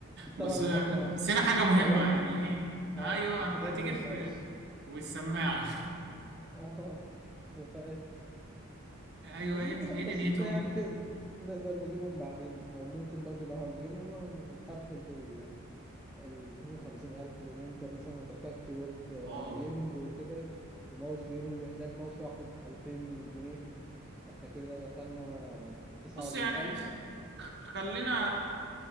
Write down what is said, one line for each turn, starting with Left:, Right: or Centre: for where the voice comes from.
Right: بس
Centre: طبعا
Right: آه،
Centre: احنا
Right: نسينا حاجة مهمة
Centre: فوتنا
Right: يعني ايه
Centre: اه
Right: ايوه
Centre: الكيبورد
Right: هتيجي
Centre: والماوس
Right: في بالي والسماعة
Centre: <laughs> اه تخيل.
Right: <laughs> ايوه
Centre: بس
Right: ايه
Centre: دي حاجات
Right: ايه
Centre: بسيطة
Right: دنيتهم
Centre: يعني ت- نقدر نجيبهم بعدين أو ممكن برضو لو هنجيبهم نقفل ال ال اتنين وخمسين ألف لأن أنت مثلا هتحتاج كيبورد آه،
Right: واو
Centre: جيمنج وكده وماوس جيمنج هتلاقي الماوس لوحده بألفين جنيه احنا كده دخلنا تسعة
Right: بص
Centre: وأربعين
Right: يعني
Centre: ألف
Right: خلينا